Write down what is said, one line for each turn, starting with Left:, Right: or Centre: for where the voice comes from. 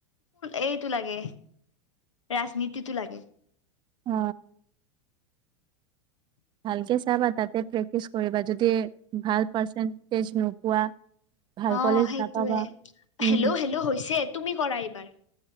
Left: এইটো লাগে ৰাজনীতিতো লাগে
Right: অ ভালকে চাবা তাতে প্ৰেক্টিচ কৰিবা যদি ভাল পাৰ্চেণ্টেজ নোপোৱা। ভাল
Left: অ',
Right: কলেজ
Left: সেইটোয়ে
Right: নাপাবা উম
Left: হেল্লো, হেল্লো, হৈছে তুমি কৰা এইবাৰ